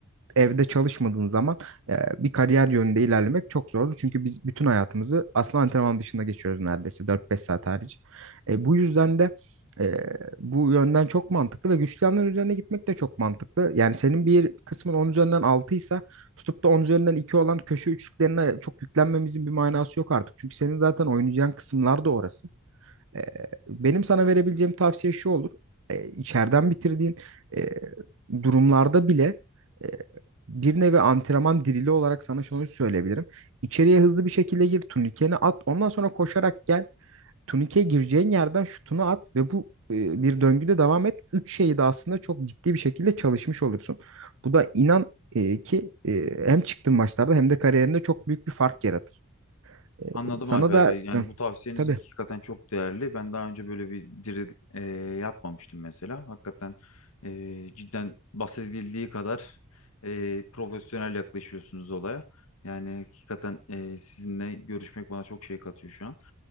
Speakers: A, on the right; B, on the left.
A: evde çalışmadığın zaman e, bir kariyer yönünde ilerlemek çok zor. Çünkü biz bütün hayatımızı aslında antrenman dışında geçiyoruz neredeyse dört beş saat hariç. E, bu yüzden de e, bu yönden çok mantıklı ve güçlü yanların üzerine gitmek de çok mantıklı. Yani senin bir kısmın 10 üzerinden 6 ise tutup da 10 üzerinden 2 olan köşe üçlüklerine çok yüklenmemizin bir manası yok artık. Çünkü senin zaten oynayacağın kısımlar da orası. Ee, benim sana verebileceğim tavsiye şu olur. Ee, içeriden bitirdiğin e, durumlarda bile e, bir nevi antrenman dirili olarak sana şunu söyleyebilirim. İçeriye hızlı bir şekilde gir, turnikeni at, ondan sonra koşarak gel. Turnikeye gireceğin yerden şutunu at ve bu e, bir döngüde devam et. Üç şeyi de aslında çok ciddi bir şekilde çalışmış olursun. Bu da inan e, ki e, hem çıktığın maçlarda hem de kariyerinde çok büyük bir fark yaratır. E,
B: Anladım
A: sana
B: Alper
A: da
B: Bey. Yani
A: Hı,
B: bu tavsiyeniz
A: tabii
B: hakikaten çok değerli. Ben daha önce böyle bir diril e, yapmamıştım mesela. Hakikaten e, cidden bahsedildiği kadar e, profesyonel yaklaşıyorsunuz olaya. Yani hakikaten e, sizinle görüşmek bana çok şey katıyor şu an.